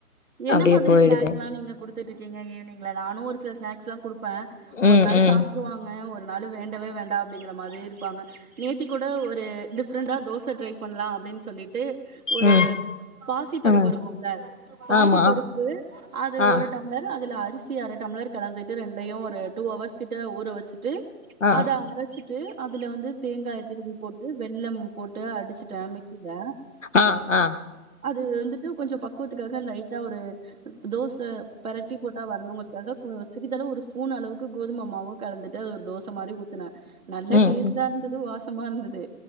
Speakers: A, on the right; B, on the left.
A: என்ன
B: அப்டியே
A: மாத்ரி
B: போயிடுது
A: ஸ்நக்ஸ்லா நீங்க குடுத்துட்டு இருக்கீங்க ஈவ்னிங்ல நானு ஒரு சில ஸ்நக்ஸ்லா குடுப்ப
B: ம்
A: ஒரு நாள்
B: ம்
A: சாப்ட்ருவாங்க ஒரு நாள் வேண்டவே வேண்டா அப்டிங்கிற மாரி இருப்பாங்க நேத்தி கூட ஒரு டிஃப்ரெண்டா தோச ட்ரை பண்லா அப்டின் சொல்லிட்டு ஒரு
B: ம்
A: பாசி பருப்பு
B: ஆ
A: இருக்குல்ல பாசி
B: ஆமா
A: பருப்பு அது
B: ஆ
A: ஒரு டப் டம்ளர் அதுல அரிசி அர டம்ளர் கலந்துட்டு ரெண்டையு ஒரு டூ அவர்ஸ் கிட்ட ஊற வச்சிட்டு
B: ஆ
A: அத அரச்சிட்டு அதுல வந்து தேங்காய திருவி போட்டு வெல்லம் போட்டு அடிச்சிட்ட மிக்சில
B: ஆ ஆ
A: அது வந்துட்டு கொஞ்சம் பக் கூத்துக்காக லைட்டா ஒரு தோச பெரட்டி போட்டா வரணுங்கறத்துக்காக சிறிதளவு ஒரு ஸ்பூன் அளவுக்கு கோதும மாவு கலந்துட்டு அது ஒரு தோச மாரி ஊத்ன நல்ல
B: ம்
A: டேஸ்ட்டா
B: ம்
A: இருந்தது வாசமா இருந்தது